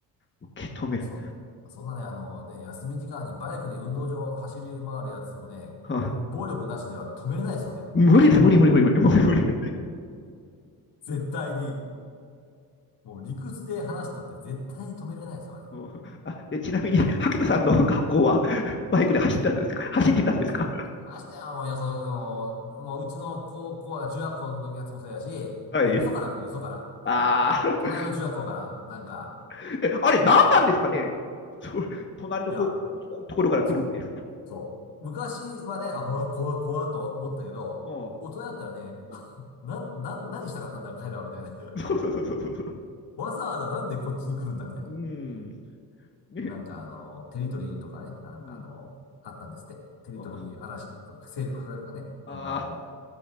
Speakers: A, on the left (about 25°); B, on the left (about 65°).
A: 受け止める。
B: ね、そ、そんなね、あのね、休み時間にバイクで運動場を走り回るやつをね、
A: はあ
B: 暴力なしでは止めれないですよね。
A: 無理です、無理、無理、無理、無理、無理、無理。
B: 絶対に。もう理屈で話したって絶対に止めれないですよね。
A: <laughs> あ、で、ちなみに、萩田さんの学校はバイクで走ったんですか走ってたんですか
B: き、聞きましたよ、もうよそ、あの、もううちの高校、あ中学校の時やつもそうやし、
A: はい。
B: ねよそから来る、よそから。なんかあの、
A: ああ。
B: 隣の中学校から、なんか、
A: <laughs> えあれ、何なんですかねそ <laughs> 隣のこうところから来るって。
B: いや、そう。そう。昔はね、あ、うわ怖い怖いと思ったけど、
A: うん
B: 大人だったらね、
A: うん
B: な、な、何したかったんだ、彼らは、みたいな。
A: <laughs> そうそうそうそうそう。
B: <laughs> わざわざなんでこっちに来るんだ、みたい
A: うん。ね。
B: な。なんかあの、テリトリーとかね、あなんかあの、
A: うん。
B: あったんですって。テリトリー嵐、
A: あ
B: 勢力拡大とかね、
A: あ
B: なんかあの、